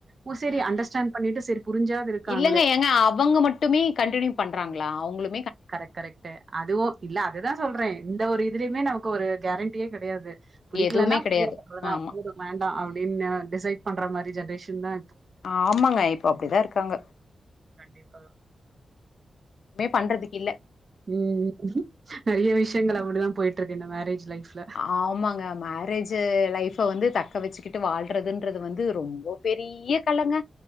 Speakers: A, on the right; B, on the left.
A: ஓ சரி
B: ம்
A: அண்டர்ஸ்டாண்ட்
B: ம்
A: பண்ணிட்டு சரி புரிஞ்சாவது இருக்காங்களே
B: இல்லங்க ஏங்க அவங்க மட்டுமே கண்டினியூ பண்றாங்ளா அவுங்ளுக்
A: கரெக் கரெக்ட்டு அதுவு இல்ல அதுதா சொல்றே இந்த ஒரு இதுலியுமே நமக்கு ஒரு கேரண்டியே கெடையாது பிடிக்கலன்னா
B: எதுவுமே கெடையாது.
A: <inaudible> அவ்ளதா
B: ஆமா.
A: போது வேண்டா
B: ம்.
A: அப்டின்னு டிசைட் பண்ற மாரி ஜன்ரேஷன் தா
B: ஆமங்க இப்ப அப்டிதா இருக்காங்க <inaudible>
A: கண்டிப்பா.
B: பண்றதுக்கு இ
A: உம் ம் நெறைய விஷ்யங்கள் அப்டிதா போய்ட்ருக் என்ன மேரேஜ் லைஃப்ல.
B: ஆமாங்க மேரேஜு லைஃப வந்து த க வெச்சுக்கிட்டு வாழ்றதுன்றது வந்து ரொம்போ பெரிய கலங்க